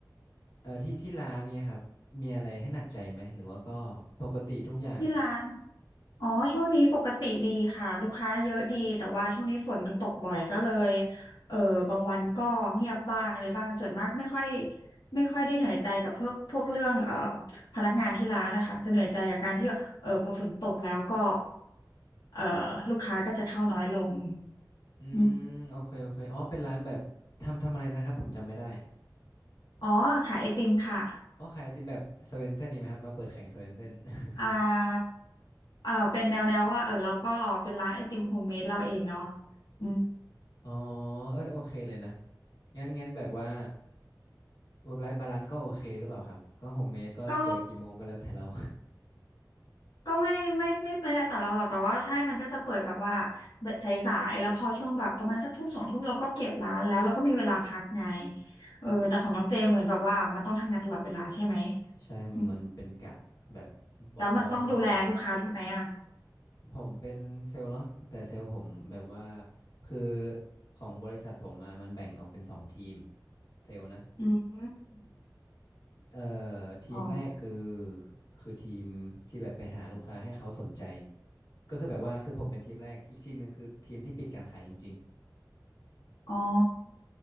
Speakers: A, on the left (about 60°); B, on the left (about 85°).
A: เออที่ที่ร้านเนี่ยครับมีอะไรให้หนักใจไหมหรือว่าก็ปกติทุกอย่าง
B: ที่ร้านอ๋อช่วงนี้ปกติดีค่ะลูกค้าเยอะดีแต่ว่าช่วงนี้ฝนมันตกบ่อยก็เลยเออบางวันก็เงียบบ้างอะไรบ้างส่วนมากไม่ค่อยไม่ค่อยได้เหนื่อยใจกับพวกพวกเรื่องเอ่อพนักงานที่ร้านนะคะจะเหนื่อยใจกับการที่เออพอฝนตกแล้วก็เอ่อลูกค้าก็จะเข้าน้อยลง
A: อืมโอเคโอเคอ๋อเป็นร้านแบบทำทำอะไรนะครับผมจำไม่ได้
B: อืมอ๋อขายไอติมค่ะ
A: อ๋อขายไอติมแบบสเวนเซ่นนี่ไหมครับมาเปิดแข่งสเวนเซ่น <laughs>
B: อ่าเออเป็นแนวแนวว่าเออเราก็เป็นร้านไอติมโฮมเมดเราเองเนาะอืม
A: อ๋อเอ้ยโอเคเลยนะงั้นงั้นแบบว่า work life balance ก็โอเคหรือเปล่าครับก็โฮมเมดก็เปิดกี่โมงก็แล้วแต่เรา
B: ก็ก็ไม่ไม่ไม่ไม่ได้แต่เราหรอกแต่ว่าใช่มันก็จะเปิดแบบว่าสายๆแล้วพอช่วงแบบประมาณสักทุ่มสองทุ่มเราก็เก็บร้านแล้วเราก็มีเวลาพักไงเออแต่ของน้องเจเหมือนแบบว่ามันต้องทำงานตลอดเวลาใช่ไหม
A: <laughs> ใช่ครับมันเป็นกะแบบบอสบอสเขาตาม
B: อืมแล้วมันต้องดูแลลูกค้าด้วยไหมอ่ะ
A: ผมเป็นเซลล์เนาะแต่เซลล์ผมแบบว่าคือของบริษัทผมอะมันแบ่งออกเป็นสองทีมเซลล์นะ
B: อืม
A: เอ่อทีมแรกคือ
B: อ๋อ
A: คือทีมที่แบบไปหาลูกค้าให้เขาสนใจก็คือแบบว่าคือผมเป็นทีมแรกอีกทีมหนึ่งคือทีมที่ปิดการขายจริงๆ
B: อ๋อ